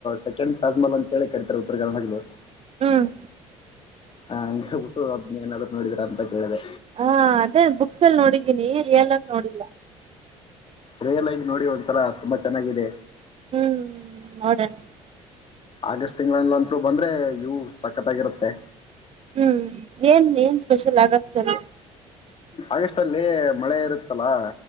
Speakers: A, on the left (about 40°); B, on the right (about 45°).
A: ಸೆಕೆಂಡ್ ತಾಜ್ಮಹಲ್ ಅಂತ ಹೇಳಿ ಕರೀ ತಾರೆ ಉತ್ತರಕರ್ನಾಟಕ ದವರು.
B: ಹ್ಮ್
A: ಹಾ ಹಂಗೆ ಬಿಟ್ಟೂ ಅದ್ನ್ನ ಏನಾದ್ರೂ ನೋಡಿದ್ರಾ ಅಂತ ಕೇಳಿದೆ.
B: ಹಾ ಅದೇ ಬುಕ್ಸ್ ಅಲ್ಲಿ ನೋಡಿದೀನಿ ರಿಯಲ್ ಆಗಿ ನೋಡಿಲ್ಲ.
A: ರಿಯಲ್ ಆಗಿ ನೋಡಿ ಒಂದ್ಸಲ ತುಂಬಾ ಚೆನ್ನಾಗಿದೆ.
B: ಹ್ಮ್ ನೋಡಣ.
A: ಆಗಸ್ಟ್ ತಿಂಗಳಲ್ಲಂತರು ಬಂದ್ರೆ ವ್ಯೂ ಸಕತಾಗಿರುತ್ತೆ.
B: ಹ್ಮ್ ಏನ್ ಏನ್ ಸ್ಪೆಷಲ್ ಆಗಷ್ಟಲ್ಲಿ.
A: ಆಗಸ್ಟ್ ಅಲ್ಲಿ ಮಳೆ ಇರುತ್ತಲಾ.